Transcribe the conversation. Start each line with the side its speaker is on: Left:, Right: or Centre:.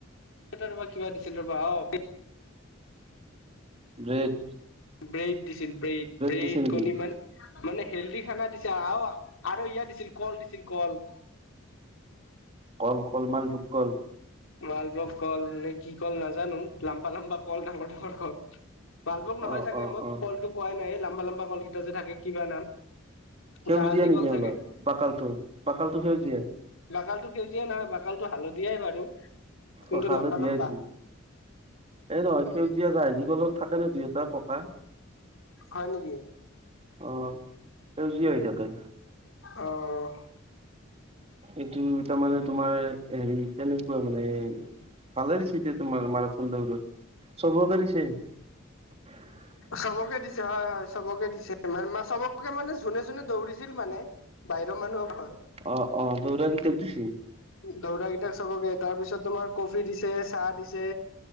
Left: তাত আৰু ৰবা কিবা দিছিল ৰবা অ', সে
Right: ব্ৰেড।
Left: ব্ৰেড দিছিল ব্ৰেড, ব্ৰেড
Right: দিছে নেকি
Left: কণী মান মানে হেল্ডি খানা দিছে আৰু - আৰু ইয়াত দিছিল কল দিছিল কল।
Right: কল- কল- মালভোগ কল।
Left: মালভোগ কল নে কি কল নাজানো, লাম্বা - লাম্বা কল ডাঙৰ ডাঙৰ কল। মালভোগ নহয়
Right: অ
Left: চাগে
Right: অ
Left: মই
Right: অ
Left: কলটো কোৱাই নাই এই লাম্বা - লাম্বা কলকেইটা যে থাকে কিবা নাম?
Right: সেউজীয়া
Left: জাহাজী
Right: নেকি
Left: কল চাগে
Right: অলপ বাকালটো- বাকালটো সেউজীয়া?
Left: বাকালটো সেউজীয়া নহয়, বাকালটো হালধিয়াই বাৰু। কিন্তু
Right: অ', হালধীয়া
Left: লম্বা লম্বা
Right: হৈছিল, এই নহয় সেউজীয়া জাহাজী কলও থাকে ন দুই এটা পকা।
Left: হয়' নেকি?
Right: অ সেউজীয়া হৈ থাকে
Left: অহ',।
Right: এইটো তামানে তোমাৰ হেৰি তেনেকুৱা মানে। ভালে দিছে এতিয়া তোমাৰ মাৰাথন দৌৰত চবকে দিছে। <inaudible>
Left: চবকে দিছে হয় হয়, চবকে দিছে চবকে মানে যোনে যোনে দৌৰিছিল মানে। বাহিৰৰ মানুহো হয়।
Right: অঁ' অঁ' দৌৰা কেইটাক দিছে।
Left: দৌৰা কেইটাক চাবকে, তাৰ পিছত তোমাৰ কফি দিছে, চাহ দিছে।